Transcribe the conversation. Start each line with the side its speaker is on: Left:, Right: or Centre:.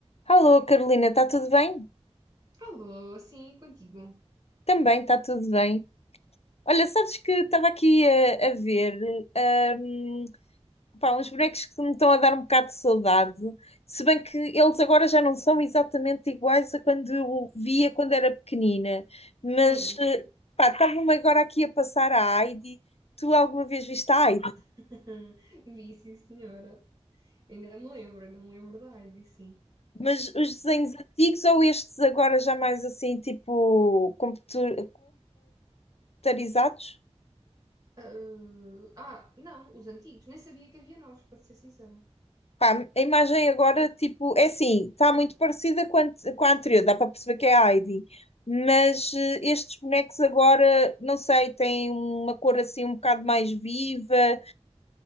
Left: Alô, Carolina, está tudo bem?
Right: Falou, sim, é contigo.
Left: Também está tudo bem. Olha, sabes que estava aqui a, a ver hum, pá, uns bonecos que me estão a dar um bocado de saudade, se bem que eles agora já não são exatamente iguais a quando eu via quando era pequenina, mas
Right: Hum.
Left: eh, pá, estava-me agora aqui a passar a Heidi. Tu alguma vez viste a Heidi?
Right: <laughs> Vi, sim, senhora. Ainda me lembro, ainda me lembro da Ivy, sim.
Left: Mas os desenhos
Right: Para que-
Left: antigos ou estes agora já mais assim, tipo computu- computarizados?
Right: ah, ah, não, os antigos. Nem sabia que havia novos, para ser sincera.
Left: Pá, a imagem agora, tipo, é assim, está muito parecida com a, ante- com a anterior, dá para perceber que é a Heidi, mas eh, estes bonecos agora, não sei, têm uma cor assim um bocado mais viva,